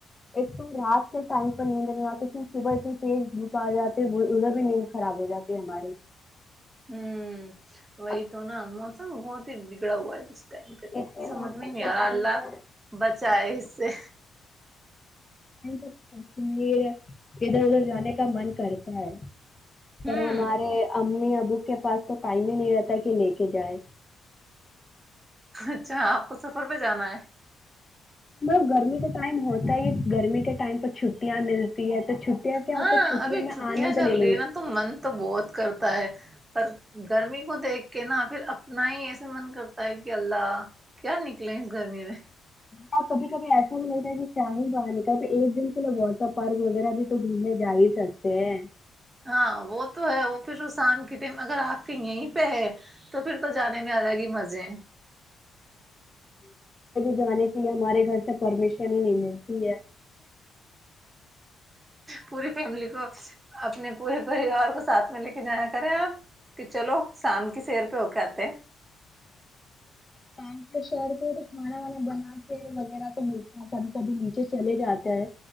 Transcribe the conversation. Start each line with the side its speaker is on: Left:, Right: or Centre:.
Left: ایک تو رات کے ٹائم پر نیند نہیں آتی کی صبح اتنی تیز دھوپ آ جاتی ادھر بھی نیند خراب ہو جاتی ہے ہماری
Right: ہوں وہی
Left: اب
Right: تو ناو بہت ہی بگڑا ہوا ہے اس ٹائم پہ تو
Left: ایسے
Right: سمجھ
Left: موسم
Right: میں ہی نہیں
Left: کے
Right: آ رہا
Left: ٹائم
Right: اللہ
Left: پر
Right: بچائے
Left: <unintelligible>
Right: اس سے
Left: کشمیر ادھر ادھر جانے کا من کرتا ہے پر
Right: ہوں
Left: ہمارے امی اب اس کے پاس تو ٹائم ہی نہیں رہتا کہ لے کے جائے
Right: اچھا آپ کو سفر پہ جانا ہے
Left: لگ گرمی کے ٹائم ہوتا ہی گرمی کے ٹائم پے چھٹیا ملتی ہے تو چھٹیاں کیا
Right: ہاں
Left: ہوتا ہے
Right: ابھی
Left: میں
Right: چھٹیاں
Left: آنند
Right: چل
Left: لے لیں
Right: رہی ہے نا تو من تو بہت کرتا ہے پر گرمی کو دیکھ کے نا پھر اپنا ہی ایسے من کرتا ہے کہ اللہ کیا نکلے اس گرمی میں
Left: ہ کبھی کبھی ایسا ملتا ہے کہ چاہ ہی باہاں نکلتے ایک دن کے لوگ واٹر پارک وغیرہ بھی تو گھومنے جا ہی سکتے ہیں
Right: ہاں وہ تو ہے وہ پھر شسم کے ٹائم اگر آپ کے یہیں پہ ہے تو پھر تو جانے میں آ جائے گی مزے
Left: جانے کے لیے ہمارے گھر سے پرمیشن ہی نہیں ملتی ہے
Right: پوری فیملی کو اپنے پورے پریوار کو ساتھ میں لے کے جانیا کریں آپ کہ چلو سام کی سیر پہ ہو کے آتے
Left: شام شہر کے تو کھانا وانا بناتے وغیرہ تو ہوتا ہے کبھی کبھی نیچے چلے جاتا ہے